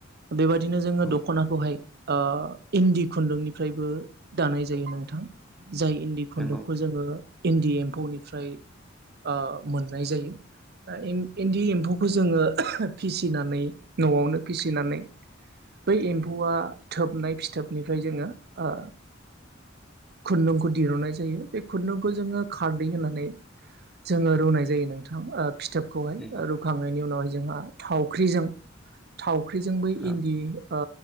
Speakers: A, on the right (about 50°); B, in the centre.
A: बेबायदिनो जोङो
B: नंगौ
A: दख'नाखौहाय इन्दि खुन्दुंनिफ्रायबो दानाय जायो नोंथां जाय इन्दि खुन्दुंखौ
B: नंगौ
A: जोङो इन्दि एम्फौनिफ्राय ओ मोननाय जायो इन्दि एम्फौखौ जोङो फिसिनानै न'आवनो फिसिनानै बै एम्फौआ थोबनाय फिथोबनिफ्राय जोङो ओ खुन्दुंखौ दिहुननाय जायो बे खुन्दुंखौ जोङो खारदै होनानै जोङो रुनाय जायो नोंथां फिथोबखौहाय
B: औ
A: रुखांनायनि उनावहाय जोंहा थावख्रिजों थावख्रिजों बै
B: औ
A: इन्दि ओ